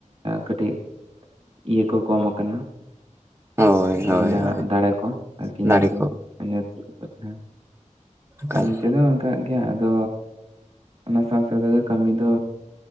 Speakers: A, on the right; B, on the right.
A: ᱠᱟᱹᱴᱤᱜ ᱾ ᱤᱭᱟᱹ ᱠᱚ ᱠᱚᱢ ᱠᱟᱱᱟ ᱾
B: ᱦᱳᱭ ᱦᱳᱭ
A: ᱟᱵᱤᱱᱟᱜ
B: ᱦᱳᱭ
A: ᱫᱟᱲᱮ ᱠᱚ ᱟᱨᱠᱤ ᱧᱮᱞ
B: ᱫᱟᱲᱮ
A: ᱵᱤᱱ <unintelligible>
B: ᱠᱟᱞ ᱾
A: ᱚᱱᱛᱮ ᱫᱚ ᱚᱱᱠᱟᱜ ᱜᱮ ᱟᱫᱚ ᱚᱱᱟ ᱥᱟᱶ ᱾ ᱛᱚ ᱛᱮ ᱫᱚ ᱠᱟᱹᱢᱤ ᱫᱚ